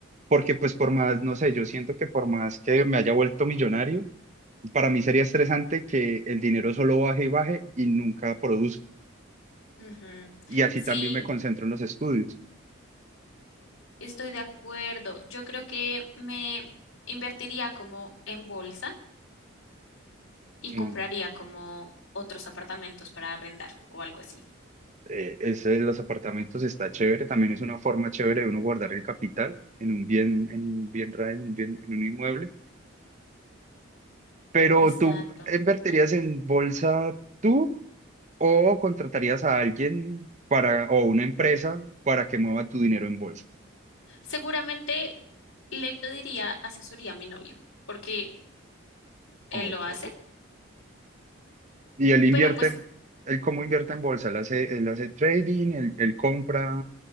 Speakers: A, on the right (about 35°); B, on the left (about 90°).
A: porque pues por más, no sé, yo siento que por más que me haya vuelto millonario, para mí sería estresante que el dinero solo baje y baje y nunca produzca.
B: Ujú.
A: Y así
B: Sí,
A: también me concentro en los estudios.
B: Estoy de acuerdo. Yo creo que me invertiría como en bolsa y
A: No,
B: compraría como otros apartamentos para arrendar o algo así.
A: eh, ese de los apartamentos está chévere, también es una forma chévere de uno guardar el capital en un bien, en un bien raíz, en un bien, en un inmueble. Pero
B: Exacto.
A: tú invertirías en bolsa, tú ¿O contratarías a alguien para, o una empresa para que mueva tu dinero en bolsa?
B: Seguramente le pediría asesoría a mi novio, porque él
A: Ah,
B: lo
A: Ok.
B: hace,
A: Y él invierte,
B: pero pues,
A: él cómo invierte en bolsa, él hace, él hace trading, él, él compra,